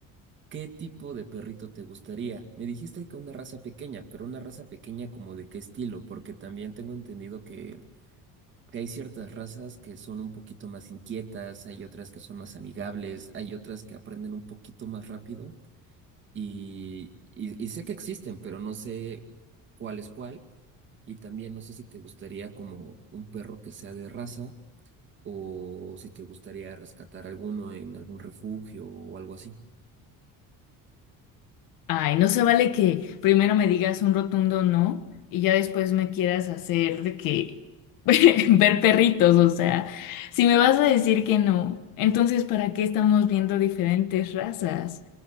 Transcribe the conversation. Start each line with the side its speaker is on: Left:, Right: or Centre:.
Right: ¿Qué tipo de perrito te gustaría? Me dijiste que una raza pequeña, pero una raza pequeña como de qué estilo, porque también tengo entendido que que hay ciertas razas que son un poquito más inquietas, hay otras que son más amigables, hay otras que aprenden un poquito más rápido y, y, y sé que existen, pero no sé cuál es cuál y también no sé si te gustaría como un perro que sea de raza o si te gustaría rescatar alguno en algún refugio o algo así.
Left: Ay, no se vale que primero me digas un rotundo no y ya después me quieras hacer de que <laughs> ver perritos, o sea, si me vas a decir que no, entonces ¿para qué estamos viendo diferentes razas?